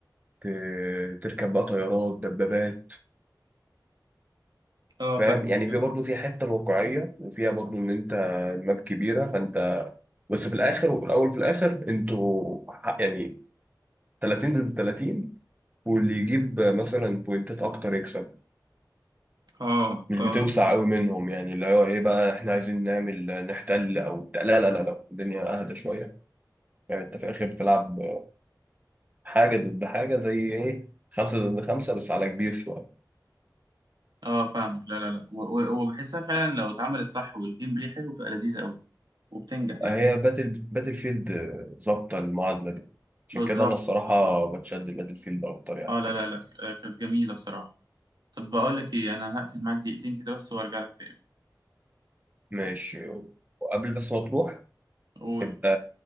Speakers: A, on the right; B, on the right.
A: ت- تركب بقى طيارات دبابات
B: اه
A: فاهم
B: فاهمك
A: يعني
B: فاهمك.
A: فيها برضه فيها حته الواقعيه وفيها برضه ان انت ماب كبيره فانت بس في الاخر وفي الاول في الاخر انتوا ح- يعني 30 ضد 30 واللي يجيب مثلا بوينتات اكتر يكسب
B: اه
A: مش
B: اه
A: بتوسع قوي منهم يعني اللي هو ايه بقى احنا عايزين نعمل نحتل او بتاع. لا لا لا لا الدنيا اهدى شويه يعني انت في الاخر بتلعب حاجه ضد حاجه زي ايه خمسه ضد خمسه بس على كبير شويه
B: اه فاهمك لا لا لا و- و- وبحسها فعلا لو اتعملت صح والجيم بلاي حلو بتبقى لذيذة قوي وبتنجح يعني
A: هي باتل باتل فيلد ظابطه المعادله دي عشان
B: بالظبط
A: كده انا الصراحه
B: بالظبط
A: بتشد باتل فيلد اكتر يعني
B: اه لا لا لا آه، كانت جميلة بصراحة طب بقول لك ايه انا هقفل معاك دقيقتين كده بس وارجع لك تاني
A: ماشي وقبل بس ما تروح
B: قول
A: ابقى